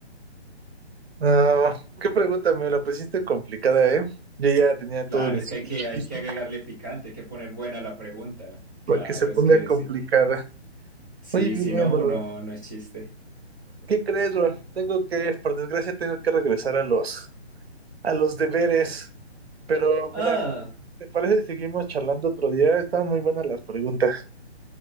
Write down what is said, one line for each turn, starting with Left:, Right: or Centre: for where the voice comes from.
Right: No, qué pregunta, me la pusiste complicada, ¿eh? Yo ya tenía todo
Left: Claro,
Right: mi
Left: es que
Right: speech
Left: hay que, hay
Right: listo
Left: que agregarle picante, hay que poner buena la pregunta.
Right: para
Left: Claro,
Right: que se ponga
Left: es que
Right: complicada.
Left: sí. Sí,
Right: Muy bien,
Left: sí, no,
Right: bro.
Left: no, no es chiste.
Right: ¿Qué crees, bro? Tengo que, por desgracia, tengo que regresar a los a los deberes. Pero
Left: Ah.
Right: mira, ¿te parece si seguimos charlando otro día? Estaban muy buenas las preguntas.